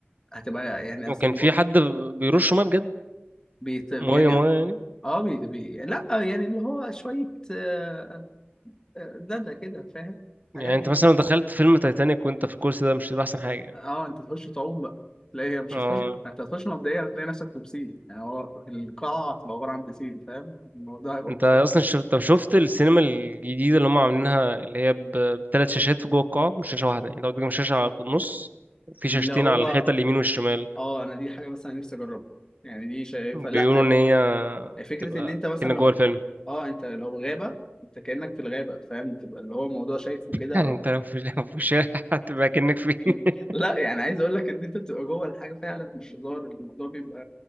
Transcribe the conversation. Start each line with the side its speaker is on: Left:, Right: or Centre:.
Left: هتبقى يعني
Right: وكان
Left: أصل ب-
Right: في حد بيرش مية بجد
Left: بيت يعني
Right: مية مية يعني
Left: اه بي بي لا يعني اللي هو شوية آه، آه، دادا كده فاهم الحاجات
Right: يعني أنت
Left: دي
Right: مثلا لو دخلت فيلم تايتانيك وأنت في الكرسي ده مش هيبقى أحسن حاجة يعني
Left: اه انت تخش تعوم بقى لا هي مش
Right: اه
Left: هتخش انت هتخش مبدئيا هتلاقي نفسك في بسين يعني هو القاعة هتبقى عبارة عن بسين فاهم الموضوع
Right: <laughs>
Left: هيبقى
Right: أنت
Left: مختلف
Right: أصلا شفت طب شفت السينما الجديدة اللي هم عاملينها اللي هي ب- بتلات شاشات في جوه القاعة مش شاشة واحدة يعني لو قدامك شاشة على- في النص وفي
Left: دي
Right: شاشتين
Left: اللي هو
Right: على الحيطة اليمين والشمال
Left: اه انا دي حاجة مثلا نفسي اجربها يعني دي شايفة
Right: بيقولوا
Left: لا
Right: إن هي
Left: فكره
Right: تبقى
Left: ان انت مثلا
Right: كأنك
Left: لو
Right: جوه الفيلم
Left: اه انت لو غابه انت كانك في الغابه فاهم بتبقى اللي هو الموضوع شايفه كده
Right: يعني
Left: أو...
Right: انت لو في <laughs> لو في الشارع هتبقى كأنك فين <laughs>
Left: <laughs> لا يعني عايز اقول لك ان انت بتبقى جوه الحاجه فعلا مش هزار الموضوع بيبقى